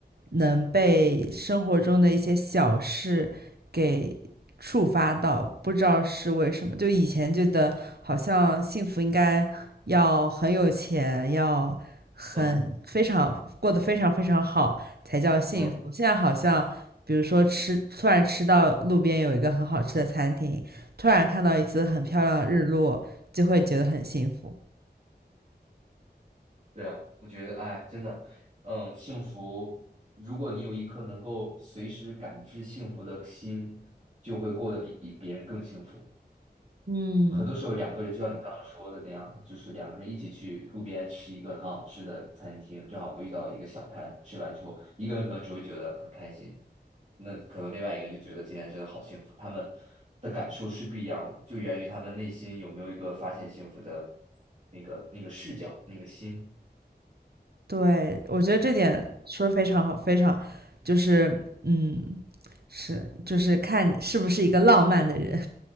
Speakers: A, on the right (about 65°); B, on the right (about 45°).
A: 能被生活中的一些小事给触发到，不知道是为什么。就以前觉得好像幸福应该要很有钱，要很非常过得非常非常好才叫幸福。
B: 嗯嗯，
A: 现在好像，比如说吃，突然吃到路边有一个很好吃的餐厅，突然看到一次很漂亮的日落，就会觉得很幸福。
B: 对啊，我觉得，哎，真的，嗯，幸福，如果你有一颗能够随时感知幸福的心，就会过得比别人更幸福。
A: 嗯，
B: 很多时候两个人就像你刚刚说的那样，就是两个人一起去路边吃一个很好吃的餐厅，正好遇到一个小摊，吃完之后，一个人可能只会觉得很开心，那可能另外一个人就觉得今天真的好幸福，他们的感受是不一样的，就源于他们内心有没有一个发现幸福的那个那个视角，那个心，
A: 对，我觉得这点说的非常好，非常就是嗯，是就是看你是不是一个浪漫的人。